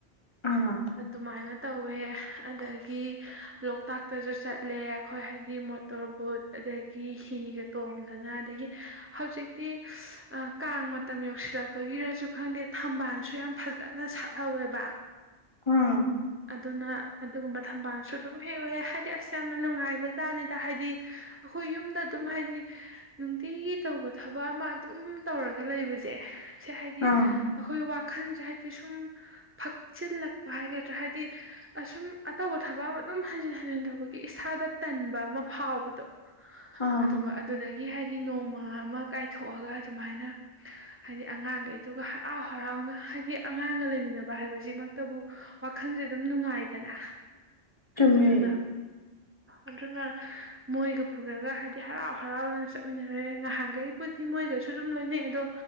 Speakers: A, on the left (about 25°); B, on the right (about 20°).
A: ꯑ
B: ꯑꯗꯨꯃꯥꯏꯅ ꯇꯧꯋꯦ ꯑꯗꯒꯤ ꯂꯣꯛꯇꯥꯛꯇꯁꯨ ꯆꯠꯂꯦ ꯑꯩꯈꯣꯏ ꯍꯥꯏꯗꯤ ꯃꯣꯇꯣꯔ ꯕꯨꯣꯠ ꯑꯗꯒꯤ ꯍꯤꯒ ꯇꯣꯡꯗꯅ ꯑꯗꯒꯤ ꯍꯧꯖꯤꯛꯇꯤ ꯀꯥꯡ ꯃꯇꯝ ꯌꯧꯁꯤꯜꯂꯛꯄꯒꯤꯔꯁꯨ ꯈꯪꯗꯦ ꯊꯝꯕꯥꯜꯁꯨ ꯌꯥꯝ ꯐꯖꯅ ꯁꯥꯠꯍꯧꯋꯦꯕ
A: ꯑꯥ
B: ꯑꯗꯨꯅ ꯑꯗꯨꯒꯨꯝꯕ ꯊꯝꯕꯥꯜꯁꯨ ꯑꯗꯨꯝ ꯍꯦꯛꯂꯑꯦ ꯍꯥꯏꯗꯤ ꯑꯁ ꯌꯥꯝꯅ ꯅꯨꯡꯉꯥꯏꯕ ꯖꯥꯠꯅꯤꯗ ꯍꯥꯏꯗꯤ ꯑꯩꯈꯣꯏ ꯌꯨꯝꯗ ꯑꯗꯨꯝ ꯍꯥꯏꯗꯤ ꯅꯨꯡꯇꯤꯒꯤ ꯇꯧꯕ ꯊꯕꯛ ꯑꯃ ꯑꯗꯨꯝ ꯇꯧꯔꯒ ꯂꯩꯕꯁꯦ ꯁꯦ ꯍꯥꯏꯗꯤ
A: ꯑꯥ
B: ꯑꯩꯈꯣꯏ ꯋꯥꯈꯜꯁꯦ ꯍꯥꯏꯗꯤ ꯁꯨꯝ ꯆꯤꯜꯂꯛ ꯍꯥꯏꯒꯗ꯭ꯔꯥ ꯍꯥꯏꯗꯤ ꯑꯁꯨꯝ ꯑꯇꯧꯕ ꯊꯕꯛ ꯑꯃ ꯑꯗꯨꯝ ꯍꯟꯖꯤꯟ ꯍꯟꯖꯤꯟ ꯇꯧꯕꯒꯤ ꯏꯁꯥꯗ ꯇꯟꯕ ꯑꯃ ꯐꯥꯎꯕꯗꯣ
A: ꯑꯥ
B: ꯑꯗꯨ ꯑꯗꯨꯗꯒꯤ ꯍꯥꯏꯗꯤ ꯍꯥꯏꯗꯤ ꯅꯣꯡꯃ ꯑꯃ ꯀꯥꯏꯊꯣꯛꯑꯒ ꯑꯗꯨꯃꯥꯏꯅ ꯍꯥꯏꯗꯤ ꯑꯉꯥꯡꯈꯩꯗꯨꯒ ꯍꯔꯥꯎ ꯍꯔꯥꯎꯅ ꯍꯥꯏꯗꯤ ꯑꯉꯥꯡꯒ ꯂꯩꯃꯤꯟꯅꯕ ꯍꯥꯏꯕꯁꯤꯃꯛꯇꯕꯨ ꯋꯥꯈꯟꯁꯦ ꯑꯗꯨꯝ ꯅꯨꯡꯉꯥꯏꯗꯅ
A: ꯆꯨꯝꯃꯦ
B: ꯑꯗꯨꯅ ꯑꯗꯨꯅ ꯃꯣꯏꯒ ꯄꯨꯔꯒ ꯍꯥꯏꯗꯤ ꯍꯔꯥꯎ ꯍꯔꯥꯎꯅ ꯆꯠꯃꯤꯟꯅꯔꯦ ꯉꯍꯥꯟꯈꯩꯕꯨꯗꯤ ꯃꯣꯏꯒꯩꯁꯨ ꯑꯗꯨꯝ ꯂꯣꯏꯅꯩ ꯑꯗꯣ